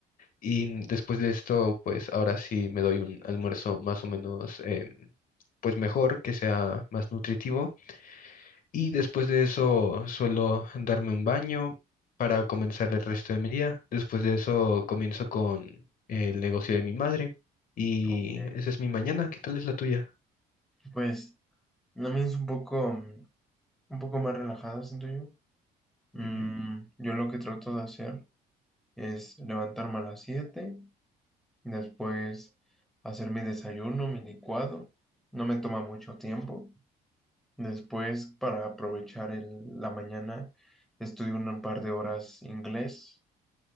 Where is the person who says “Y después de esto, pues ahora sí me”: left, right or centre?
Left